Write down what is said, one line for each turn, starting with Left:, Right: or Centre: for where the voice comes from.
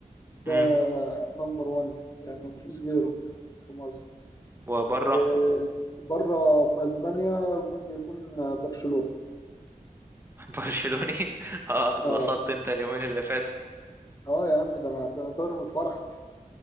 Left: ده
Right: امم
Left: نمبر 1 يعني مفيش غيره في مصر
Right: وبره
Left: وبره في اسبانيا ممكن يكون برشلونة
Right: <laughs> برشلوني <laughs> اه اتبسطت
Left: اه
Right: انت اليومين اللي فاتوا
Left: اه يا عم ده انا ده انا طاير من الفرح